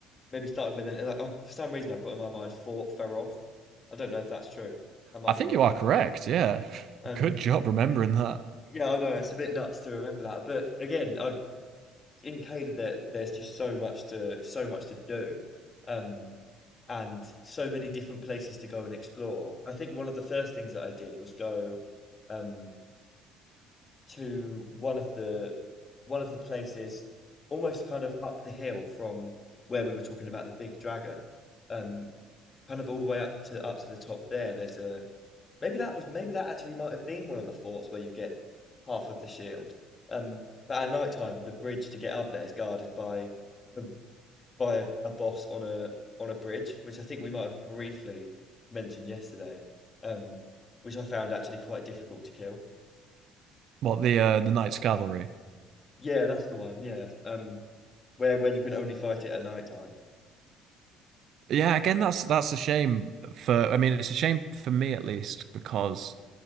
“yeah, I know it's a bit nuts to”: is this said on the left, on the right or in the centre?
Left